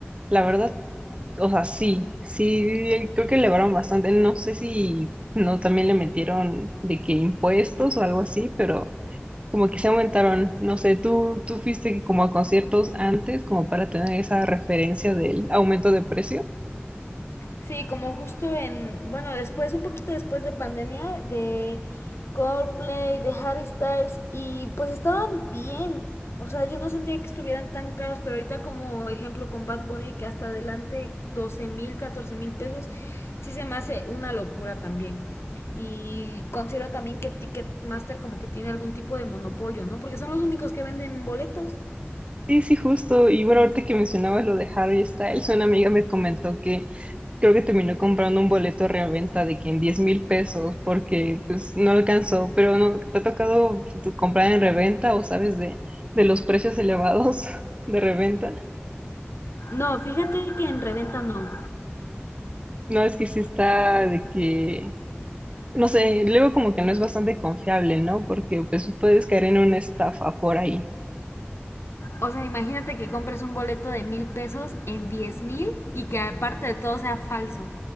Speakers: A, on the right (about 30°); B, on the left (about 80°).
A: la verdad. O sea, sí, sí, creo que elevaron bastante. No sé si no también le metieron de que impuestos o algo así, pero como que se aumentaron. No sé, tú, tú fuiste como a conciertos antes, como para tener esa referencia del aumento de precio.
B: Sí, como justo en, bueno, después, un poquito después de pandemia, de Coldplay, de Harry Styles, y pues estaban bien. O sea, yo no sentía que estuvieran tan caros, pero ahorita como ejemplo con Bad Bunny, que hasta adelante doce mil, catorce mil pesos, sí se me hace una locura también. Y considero también que Ticketmaster como que tiene algún tipo de monopolio, ¿no? Porque son los únicos que venden boletos.
A: Sí, sí, justo. Y bueno, ahorita que mencionabas lo de Harry Styles, una amiga me comentó que creo que terminó comprando un boleto de reventa de que en diez mil pesos porque pues no alcanzó, pero no, ¿te ha tocado tu- comprar en reventa o sabes de, de los precios elevados <laughs> de reventa?
B: No, fíjate que en reventa no.
A: No, es que sí está de que, no sé, luego como que no es bastante confiable, ¿no? Porque pues puedes caer en una estafa por ahí.
B: O sea, imagínate que compres un boleto de mil pesos en diez mil y que aparte de todo sea falso.